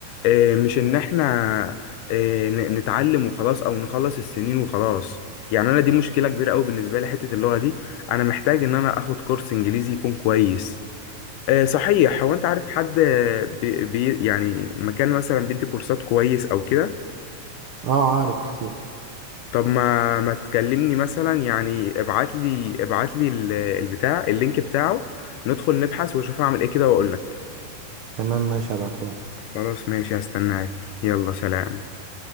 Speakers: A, on the left; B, on the right.
A: آه، مش ان احنا آه، ن- نتعلم وخلاص او نخلص السنين وخلاص يعني انا دي مشكله كبيره قوي بالنسبه لي حته اللغه دي انا محتاج ان انا اخد كورس انجليزي يكون كويس آه، صحيح هو انت عارف حد آه، بي بي- يعني مكان مثلا بيدي كورسات كويس او كده
B: اه عارف كتير
A: طب ما ما تكلمني مثلا يعني ابعت لي ابعت لي ال- البتاع اللينك بتاعه ندخل نبحث واشوف اعمل ايه كده واقول لك
B: تمام ماشي هبعتهولك
A: خلاص ماشي هستناك يلا سلام